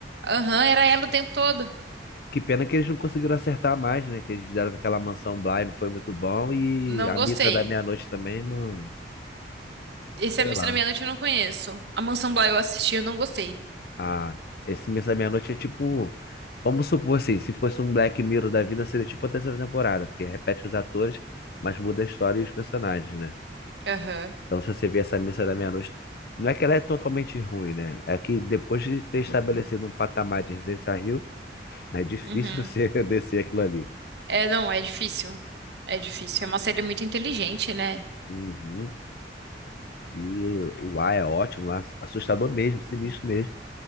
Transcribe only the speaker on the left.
Que pena que eles não conseguiram acertar mais, né? Que eles fizeram com aquela mansão Bly, não foi muito bom. E
a
missa da meia-noite também, não
sei
lá.
Ah, esse Missa da Meia-Noite é tipo. Vamos supor assim, se fosse um Black Mirror da vida, seria tipo a terceira temporada, porque repete os atores, mas muda a história e os personagens, né?
Então, se você vê essa Missa da Meia-Noite, não é que ela é totalmente ruim, né? É que depois de ter estabelecido um patamar de Residência Rio, é difícil
você <laughs> descer aquilo ali.
Uhum. E o ar é ótimo lá, assustador mesmo, sinistro mesmo.